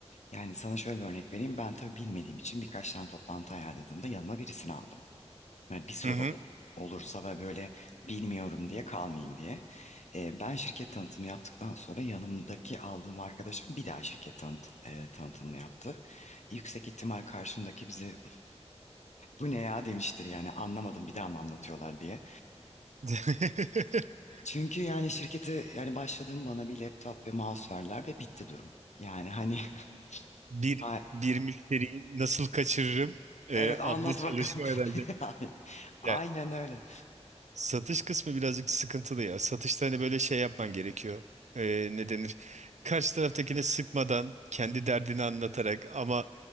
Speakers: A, on the left; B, on the right.
A: Yani sana şöyle bir örnek vereyim. Ben tabii bilmediğim için birkaç tane toplantı ayarladığımda yanıma birisini aldım. Yani bir soru
B: Hı hı.
A: o- olursa ve böyle bilmiyorum diye kalmayayım diye. E, ben şirket tanıtımı yaptıktan sonra yanımdaki aldığım arkadaşım bir daha şirket tanıt- e, tanıtımını yaptı. Yüksek ihtimal karşımdaki bizi bu ne ya demiştir yani anlamadım bir daha mı anlatıyorlar diye.
B: <laughs>
A: Çünkü yani şirkete yani başladığım bana bir laptop ve mouse verdiler ve bitti durum. Yani hani <laughs>
B: Bir
A: a-
B: bir müşteriyi nasıl kaçırırım e,
A: evet
B: adlı
A: anlat
B: çalışma
A: bakalım.
B: herhalde.
A: <laughs> Aynen
B: Yani
A: öyle.
B: satış kısmı birazcık sıkıntılı ya. Satışta hani böyle şey yapman gerekiyor. E, ne denir? Karşı taraftakine sıkmadan kendi derdini anlatarak ama